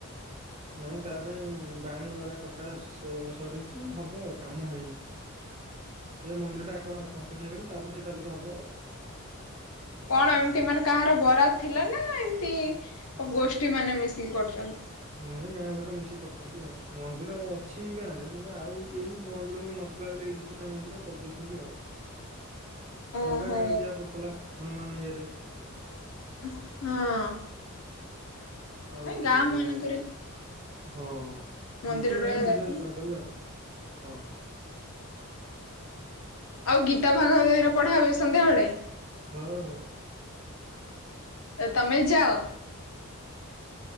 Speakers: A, on the right; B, on the left.
A: ନାଇଁ ତା ପାଇଁ ବାଣି ବଗେରା କଟା ସରିଛି ହବଆଉ କାମ ହେଇନି। ଏ ମନ୍ଦିରଟା ଆଗ କମ୍ପ୍ଲିଟ ହେଇଗଲେ ତାପରେ ସେଟା ବୋଧେ ହବଆଉ।
B: କଣ ଏମିତି ମାନେ କାହାର ବରାଦ ଥିଲା ନା ଏମତି ଗୋଷ୍ଠୀମାନେ ମିଶିକି କରୁଛନ୍ତି।
A: ନାଇଁ ଗାଁଲୋକ ମିଶିକି କରିଛନ୍ତି ଆଉ ମନ୍ଦିର ଅଛି ଗାଁରେ କିନ୍ତୁ ଆଉ ଏଇ ମନ୍ଦିର ସବୁନଥିଲା ବୋଲି ଦିଟାମନ୍ଦିର କରିଦେଉଛନ୍ତି ଆଉ,
B: ଓହୋ
A: ଅଲଗା ଗାଁକୁ ଯିବା କୁପଡୁଥିଲା ହନୁମାନ ଇଏରେ।
B: ହଁ।
A: ଆଉ,
B: ନାଇଁ ଗାଁ ମାନଙ୍କରେ
A: ହଁ।
B: ମନ୍ଦିର
A: ନିଜ
B: ରହିବା
A: ଗାଁ ନିଜେ
B: ଦରକାର
A: ଏଇ
B: ନା।
A: କରିଦେଲେ ଆଉ, ହଁ।
B: ଆଉ ଗୀତାଭାଗବତ ପଢାହୁଏ ସନ୍ଧ୍ୟାବେଳେ?
A: ହଁ।
B: ତମେ ଯାଅ।